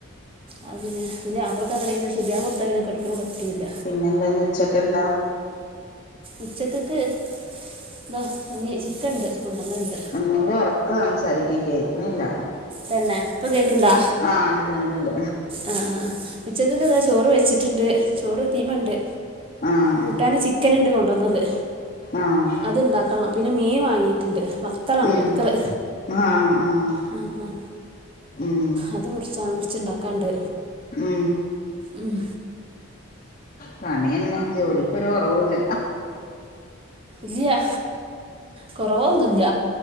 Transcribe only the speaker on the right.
അത്‌ പിന്നെ ന്റെ മാപ്ലക്ക് അയ്ൻ സുബഹി ബാങ്ക് കൊടുത്താൽ പിന്നെ കെടക്കുന്നത് പറ്റൂല്ല.
ഉച്ചക്കക്ക് എന്താ ഇനി ചിക്കന് ഉണ്ട് കൊണ്ടന്നത് ഇണ്ട്.
തന്നെ ഇപ്പൊ കേക്കണ്ടാ
ആഹ് ആഹ്. ഉച്ചകക്ക് താ ചോറ് വെച്ചിട്ടുണ്ട് ചോറ് തീമ ഉണ്ട്
കൂട്ടാൻ ചിക ക്കൻ ഉണ്ട് കൊണ്ടുവന്നത്.
അത് ഇണ്ടാക്കണം പിന്നെ മീൻ വാങ്ങിയിട്ടുണ്ട്. വത്തളാണ്
വത്തല്
ആഹ് ആഹ്
അത് മുറിച്ച മുറിച്ചുണ്ടാക്കാണ്ട്.
ഉം
ഇല്ല കൊറവൊന്നുല്ല